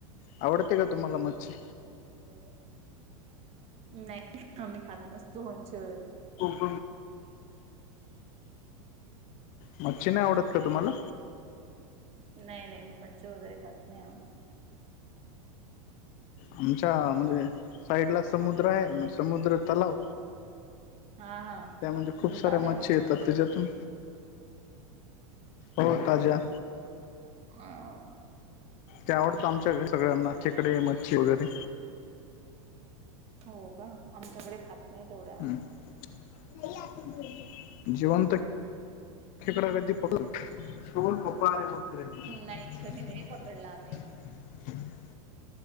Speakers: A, on the left; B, on the right.
A: आवडते का तुम्हाला मच्छी?
B: नाही ओ, नाही आम्ही खात नसतो मच्छी वगैरे
A: <unintelligible> मच्छी नाही आवडत का तुम्हाला?
B: नाही नाही मच्छी वगैरे खात नाही आम्ही
A: आमच्या म्हणजे साईडला समुद्र आहे म समुद्र तलाव
B: हा हा
A: त्या म्हणजे खूप साऱ्या
B: ताज्या
A: मच्छी
B: मच्छा
A: येतात त्याज्यातून हो ताज्या
B: हाव
A: ते आवडतं आमच्या <unintelligible> सगळ्यांना खेकडे, मच्छी वगैरे
B: हो का? आमच्याकडे खात नाही तेवढ्या आम्ही
A: हम्म <unintelligible> जिवंत खेकडा कधी पक सूून कोपा <unintelligible>
B: नाही कधी नाही पकडला आम्ही